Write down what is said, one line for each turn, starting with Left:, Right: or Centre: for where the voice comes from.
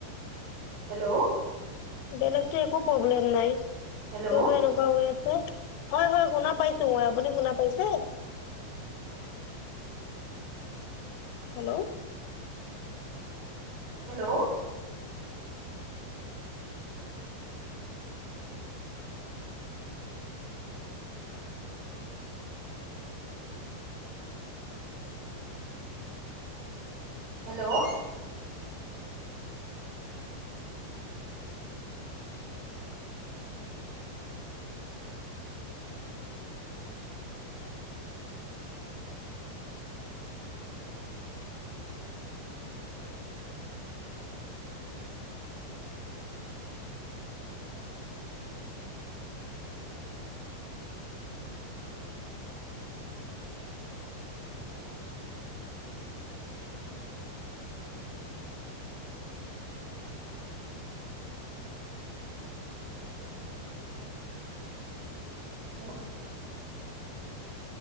Right: হেল্ল'
Left: বেলেগতো একো প্ৰব্লেম নাই, কিয়
Right: হেল্ল'
Left: বা এনেকুৱা হৈ আছে হয় হয় শুনা পাইছোঁ মই। আপুনি শুনা পাইছে? Hello.
Right: Hello. Hello. Hello.